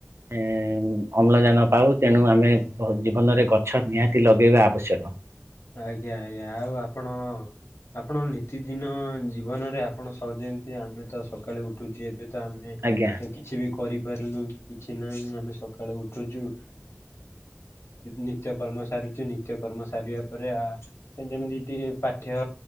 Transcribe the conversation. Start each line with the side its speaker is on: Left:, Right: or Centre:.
Right: ଏଁ ଉମ୍ ଅମ୍ଲଜାନ ପାଉ ତେଣୁ ଆମେ ଜୀବନରେ ଗଛ ନିହାତି ଲଗେଇବା ଆବଶ୍ୟକ।
Left: ଆଜ୍ଞା ଆଜ୍ଞା ଆଉ ଆପଣ। ଆପଣ ନିତିଦିନ ଜୀବନରେ ଆପଣ ସ ଯେମିତି ଆମେ ତ ସକାଳେ ଉଠୁଛୁ ଏବେ ତ ଆମେ।
Right: ଆଜ୍ଞା।
Left: କିଛି ବି କରିପାରୁନୁ କି କିଛି ନାହିଁ ଆମେ ସକାଳୁ ଉଠୁଛୁ ଉ ନିତ୍ୟ କର୍ମ ସାରଚୁ ନିତ୍ୟ କର୍ମ ସାରିବା ପରେ ଆ ଯେମିତି ଟିକେ ପାଠ୍ୟ